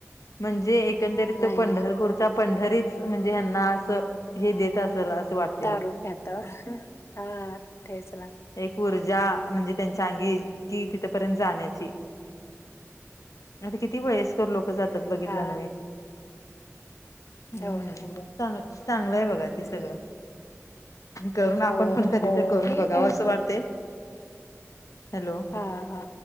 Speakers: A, on the left (about 85°); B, on the left (about 55°).
A: म्हणजे एकंदरीत
B: नाही
A: तो पंढरपूरचा
B: नाही
A: पंढरीच म्हणजे यांना अस हे देत असेल, असं वाटत.
B: तारुण्यातच आ ठेचला.
A: एक ऊर्जा म्हणजे त्यांच्या अंगी कि तिथ पर्यंत जाण्याची. आता किती वयस्कर लोक
B: हम्म
A: जातात बघितला
B: हा
A: नव्हे. हम्म
B: हो ना हो
A: चांग चांगलंय बघा ते
B: हम्म
A: सगळं. करून आपण
B: हो
A: पण कधीतर करून
B: ठीक
A: बघाव
B: आहे
A: असं वाटते. हॅलो
B: हां हा!